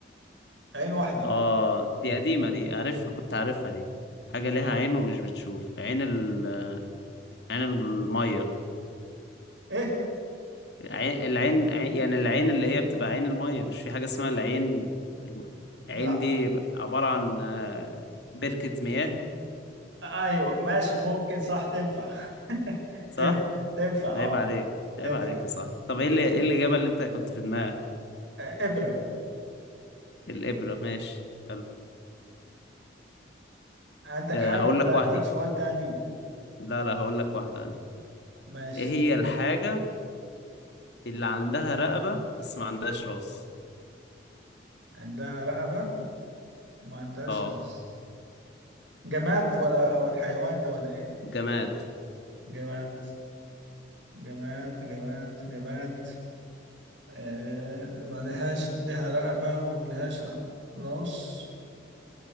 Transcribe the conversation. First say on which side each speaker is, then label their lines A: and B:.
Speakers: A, on the right; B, on the left.
A: عين واحدة
B: آه دي قديمة دي عارفها كنت عارفها دي حاجة ليها عين ومش بتشوف عين ال... عين المية
A: ايه
B: عي- العين عي- يعني العين اللي هي بتبقى عين المية مش في حاجة اسمها العين الم- العين
A: لا
B: دي عبارة عن آه، بركة مياه
A: ايوه ماشي ممكن صح تنفع <laughs>
B: صح؟
A: تنفع تنفع
B: عيب
A: اه
B: عليك عيب
A: تنفع
B: عليك يا صاحبي طب
A: ماشي
B: ايه اللي ايه الإجابة اللي انت كنت في دماغك؟
A: آه ابرة
B: الإبرة ماشي حلو
A: عندك
B: آه،
A: حاجة
B: هقول
A: ولا
B: لك واحدة
A: اديك سؤال تاني
B: لا لا هقول لك واحدة أنا
A: ماشي
B: ايه هي الحاجة اللي عندها رقبة بس ما عندهاش راس؟
A: عندها رقبة ما عندهاش
B: اه
A: لمس جماد ولا ولا حيوان ده ولا ايه
B: جماد
A: جماد جماد جماد جماد آه، ما لهاش لها رقبة ولهاش راس